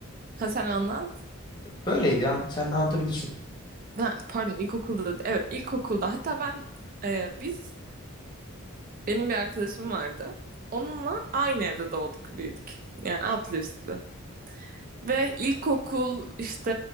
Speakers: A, on the right; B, on the left.
A: ha sen anlat.
B: böyleydi ya sen anlatabilirsin.
A: Ben, pardon ilkokulda evet ilkokulda hatta ben e, biz benim bir arkadaşım vardı. Onunla aynı evde doğduk büyüdük. Yani altlı üstlü. Ve ilkokul işte